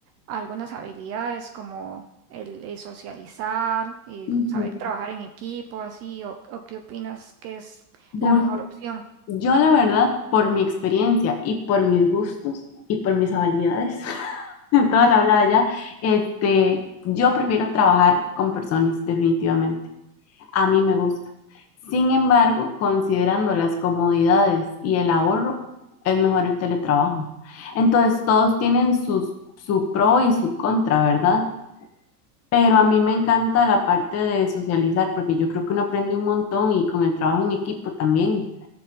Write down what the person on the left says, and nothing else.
Ujú.
Bueno,
yo la verdad, por mi experiencia y por mis gustos y por mis habilidades, <laughs> en toda
la hablada ya, este, yo prefiero trabajar con personas, definitivamente. A mí me gusta. Sin embargo, considerando las comodidades y el ahorro, es mejor el teletrabajo. Entonces, todos tienen sus, su pro y su contra, ¿verdad? Pero a mí me encanta la parte de socializar, porque yo creo que uno aprende un montón y con el trabajo en equipo también.